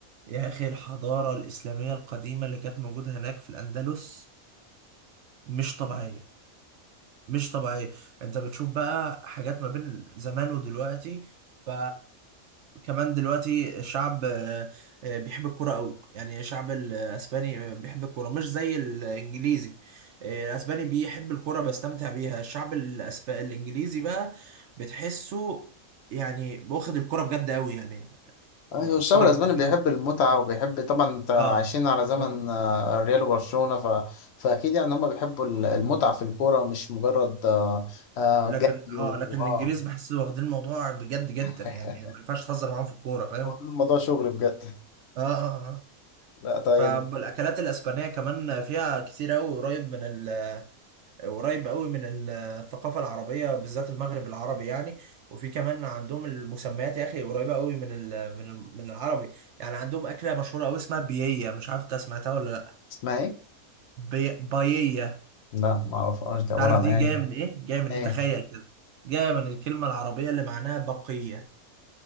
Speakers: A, on the right; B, on the left.
A: يا أخي الحضارة الإسلامية القديمة اللي كانت موجودة هناك في الأندلس مش طبيعية مش طبيعية أنت بتشوف بقى حاجات ما بين زمان ودلوقتي ف كمان دلوقتي الشعب آه، آه، بيحب الكرة قوي يعني الشعب الأسباني بيحب الكرة مش زي الإنجليزي آه، الأسباني بيحب الكرة بيستمتع بيها الشعب الأسب... الإنجليزي بقى بتحسه يعني واخد الكرة بجد قوي يعني
B: أيوة،
A: هو
B: الشعب
A: الكرة
B: الأسباني
A: بالنسبة
B: بيحب
A: له
B: المتعة وبيحب طبعا أنت عايشين
A: اه
B: على زمن
A: آه.
B: آه، الريال وبرشلونة ف... فأكيد يعني هما بيحبوا ال- المتعة في الكورة مش مجرد آه، آه،
A: لكن
B: جري
A: اه
B: و
A: لكن
B: آه
A: الانجليز بحس واخدين الموضوع بجد جدا
B: <laughs>
A: يعني ما ينفعش تهزر معاهم في الكوره فاهم
B: هو الموضوع شغل بجد
A: اه اه اه
B: لا طيب
A: فالاكلات الاسبانيه كمان فيها كتير قوي قريب من ال... قريب قوي من الثقافه العربيه بالذات المغرب العربي يعني وفي كمان عندهم المسميات يا اخي قريبه قوي من ال... من ال... من العربي يعني عندهم اكله مشهوره قوي اسمها بييه مش عارف انت سمعتها ولا لا
B: اسمها إيه؟
A: بي... باييه
B: لا معرفهاش دي عبارة
A: تعرف
B: عن
A: دي
B: إيه؟
A: جايه من ايه جايه من
B: إيه؟
A: ايه تخيل كده جايه من الكلمه العربيه اللي معناها بقيه